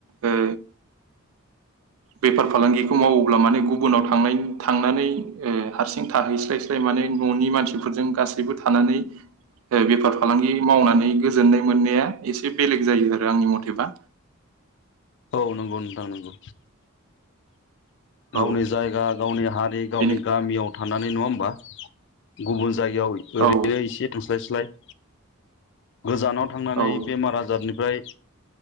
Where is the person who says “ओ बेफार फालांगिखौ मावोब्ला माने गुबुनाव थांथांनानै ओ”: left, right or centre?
Right